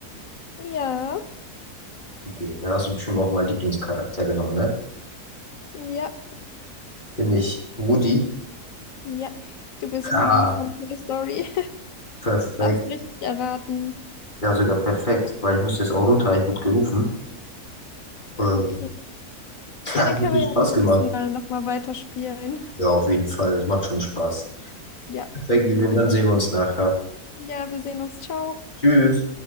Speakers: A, on the left; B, on the left.
A: ja,
B: Okay, dann hast du bestimmt auch meinen Lieblingscharakter genommen, ne?
A: ja,
B: Bin ich Woody? <laughs>
A: ja. Du bist Woody
B: Ah,
A: von Toy Story.
B: perfekt.
A: Hast du richtig erraten.
B: Ja, sogar perfekt, weil ich muss jetzt auch runter. Ich wurde gerufen.
A: Ah,
B: Ähm,
A: okay.
B: <laughs>
A: Ja,
B: hat
A: dann können
B: wirklich
A: wir ja beim
B: Spaß gemacht.
A: nächsten Mal nochmal weiterspielen.
B: Ja, auf jeden Fall. Es macht schon Spaß.
A: Ja,
B: Perfekt,
A: finde
B: Vivian.
A: ich auch.
B: Dann sehen wir uns nachher.
A: Ja, wir sehen uns. Ciao.
B: Tschüss.